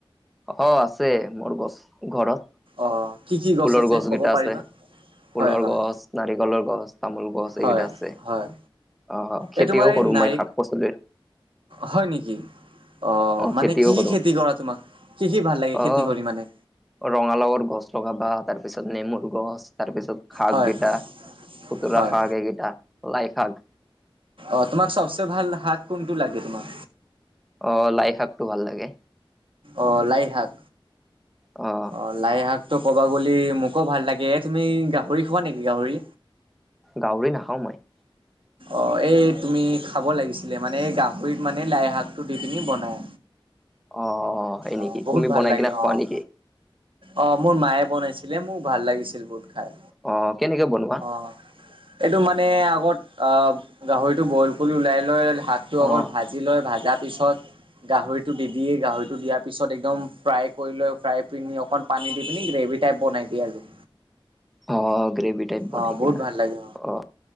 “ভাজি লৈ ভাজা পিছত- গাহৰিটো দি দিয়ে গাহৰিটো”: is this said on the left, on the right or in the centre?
Right